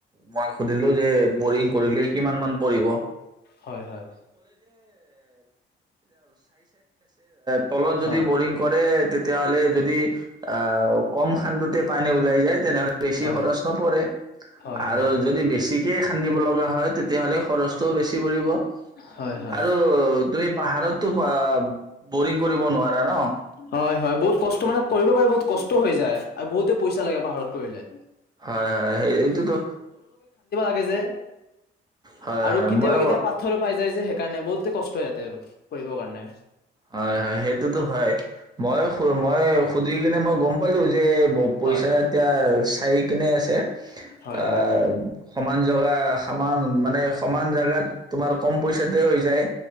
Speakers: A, on the right (about 20°); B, on the left (about 55°).
A: মই সুধিলো যে বৰিং ক
B: হয় হয়
A: তলত
B: হয়
A: যদি বৰিং কৰে তেতিয়াাহলে যদি আহ কম খান্দতে পানী ওলাই যায় তেনেহলে বেছি
B: হয়
A: খৰচ নপৰে
B: হয়
A: আৰু
B: হয়
A: যদি বেছি এক খান্দিব লগা হয় তেতিয়াহ'লে খৰচটোও বেছি কি কৰিব
B: হয় হয়
A: আৰু তুমি পাহাৰতো অ বৰিং কৰিব নোৱাৰা ন অঁ
B: হয় হয় বহুত কষ্ট মানে কৰিব পাৰে বহুত কষ্ট হৈ যায় আৰু বহুতে পইচা লাগে পাহাৰত কৰিলে
A: হয় হয় এইটোতো
B: এইযে
A: হয়
B: আৰু
A: হয়
B: কেতিয়াবা
A: মই
B: কেতিয়া পাথৰ পাই যায় যে কাৰণে বহুত কষ্ট ইয়াতে আৰু পঢ়ৰ কাৰণে
A: হয় হয় সেইটোতো হয় মই মই সুধি কিনে মই গম পালো যে বহ পইচা
B: হয়
A: এতিয়া হাৰি কিনে আছে।
B: হয়
A: আহ
B: হয়
A: সমান জেগা সমান মানে সমান জোগাত তোমাৰ কম পইচাতে হৈ যায়।